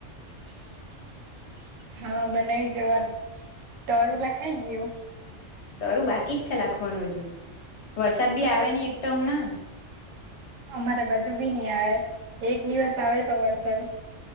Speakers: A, on the right (about 85°); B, on the left (about 65°).
A: <inaudible> હા બનાવી જ વઆ તરુલા ખાઈ ગયું.
B: તરું બાકી જ છે લખવાનું હજુ વરસાદ બી આવે નહી એકટા હમણાં
A: અમારે બાજુ બી નહ આવે એક દિવસ આવે તો વરસાત